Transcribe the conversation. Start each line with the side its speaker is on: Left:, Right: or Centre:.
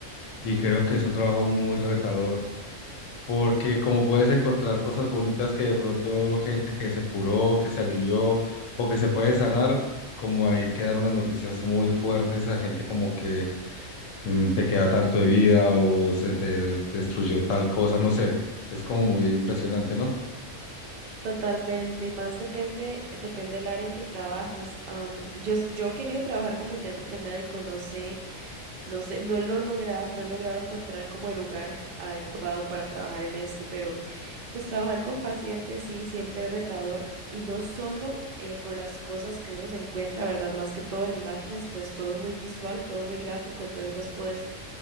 Left: y creo que es un trabajo muy retador. porque como puedes encontrar cosas bonitas que de pronto gente que se curó, que se alivió o que se puede sanar, como hay que dar unas noticias muy fuertes a gente como que mm, te queda tanto de vida o se te destruyó tal cosa, no sé, es como muy impresionante, ¿no?
Right: Totalmente, y más depende, depende del área en que trabajes. Am, yo, es- yo he querido trabajar como intérprete médico, no sé. No sé, no lo he logrado, no he logrado encontrar como el lugar adecuado para trabajar en esto, pero pues trabajar con pacientes sí, siempre es retador y no solo eh, por las cosas que uno se encuentra, ¿verdad? Más que todo en imágenes, pues todo es muy visual, todo es muy gráfico, entonces vos podés,